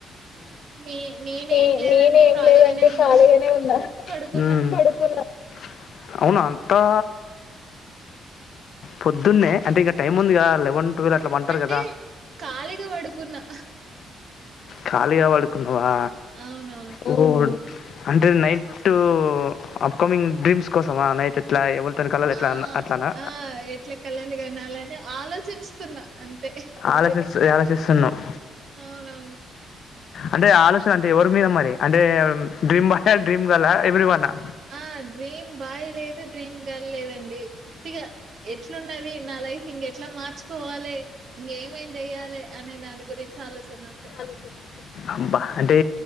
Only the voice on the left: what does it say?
నే
నేను ఏం
లేదండి
ఖాళీగానే ఉన్నా
పడుకున్నా అవునా అంతా పొద్దున్నే అంటే ఇంకా టైం ఉందికా లే వన్ టూవెల్ అట్లా వంటరు
కదా
ఖాళీగా వడుకున్నావా
ఓ అంటే నైట్ అప్కమింగ్ డ్రీమ్స్ కోసమా నైట్ ఎట్లా ఎవ కలలు ఎట్లా
అట్లానా
ఆలోచిస్ ఆలోచిస్తున్నవు
అంటే ఆలోచన అంటే ఎవరి మీద మరి అంటే డ్రీమ్ బాయా, డ్రీమ్ గర్లా, ఎవ్రీ వనా.
ఆలోచన అంతే అబ్బా అంటే